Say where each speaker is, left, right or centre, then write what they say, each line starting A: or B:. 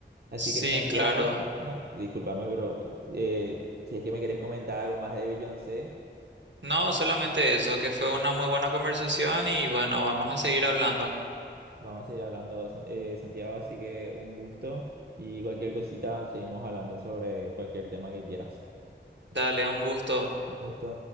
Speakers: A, on the right; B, on the right.
A: Así
B: Sí,
A: que Santiago,
B: claro.
A: ya, discúlpame, pero eh, si es que me querés comentar algo más de Beyoncé.
B: No, solamente eso, que fue una muy buena conversación y bueno, vamos a seguir hablando.
A: Vamos a ir hablando, San- eh, Santiago, así que un gusto y cualquier cosita seguimos hablando sobre cualquier tema que quieras.
B: Dale, un gusto.
A: Un gusto.